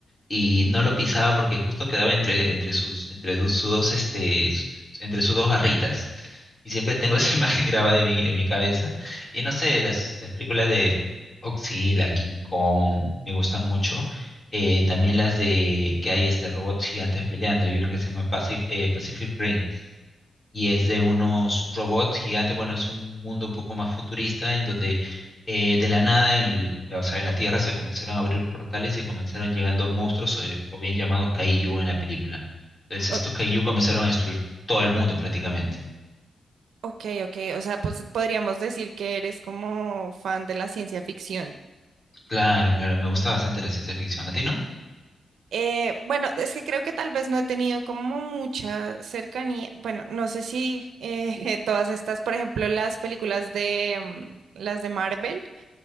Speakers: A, on the left; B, on the right.
A: y no lo pisaba porque justo quedaba entre, entre sus, entre sus, sus dos, este, entre sus dos garritas. Y siempre tengo esa <laughs> imagen grabada en mi, en mi cabeza. Y no sé, las, las películas de Godzilla, King Kong, me gustan mucho. Eh, también las de que hay este robots gigantes peleando. Hay una que se llama Paci- eh, Pacific Rim y es de unos robots gigantes. Bueno, es un mundo un poco más futurista en donde eh, de la nada, en el- o sea, en la Tierra se comenzaron a abrir portales y comenzaron llegando monstruos o, o bien llamados Kaiju en la película. Entonces
B: O-
A: estos Kaiju comenzaron a destruir todo el mundo prácticamente.
B: ok, ok, o sea, pues podríamos decir que eres como fan de la ciencia ficción.
A: Claro, claro, me gusta bastante la ciencia ficción. ¿A ti no?
B: Eh, bueno, es que creo que tal vez no he tenido como mucha cercanía. Bueno, no sé si eh, <laughs> todas estas, por ejemplo, las películas de mm, las de Marvel.